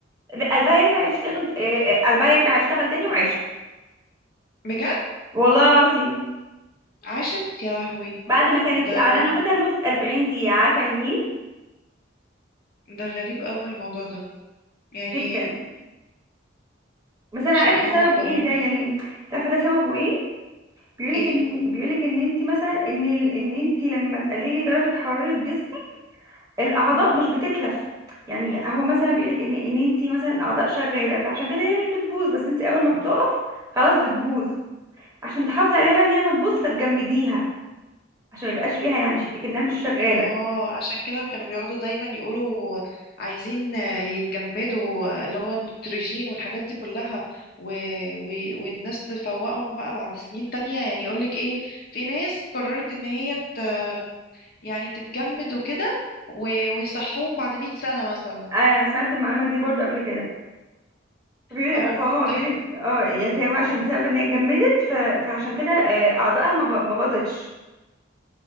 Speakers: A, on the right; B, on the left.
A: ر- قلبها يرجع يشتغل آه، آه، قلبها يرجع يشتغل تاني وعشت
B: بجد
A: والله العظيم
B: عاشت يا لهوي
A: بعد ما كانت
B: ده
A: اعلنوا اه وفاتها لمده 40 دقيقه عارفه يعني ايه
B: ده غريب قوي الموضوع ده يعني
A: جدا بس انا
B: سبحان
A: عرفت سبب
B: الله
A: ايه ده يعني عارفه ده سببه ايه بيقولك
B: ايه
A: ان بيقولك ان انت مثلا ان ال... ان انت لما تقللي درجه حراره جسمك الاعضاء مش بتتلف يعني هو مثلا بيقولك ان ان انت مثلا الاعضاء شغاله فعشان كده هي مش بتبوظ بس انت اول ما بتقف خلاص بتبوظ عشان تحافظي عليها بقى ان هي ما تبوظ فتجمديها عشان ما يبقاش فيها يعني ش- كأنها مش شغاله
B: اه عشان كده كانوا بيقعدوا دايما يقولوا عايزين يتجمدوا اللي هو النيتروجين والحاجات دي كلها و... و... والناس تفوقهم بقى بعد سنين تانية يعني يقولك ايه في ناس قررت ان هي ت... يعني تتجمد وكده و... ويصحوهم بعد 100 سنة مثلا
A: ايوه انا سمعت المعلومه دي برضو قبل كده فبي-
B: اه
A: فهو بيقولك
B: طب
A: اه يعني فهو عشان بسبب ان هي اتجمدت ف... فعشان كده آه، اعضائها ما ب- ما باظتش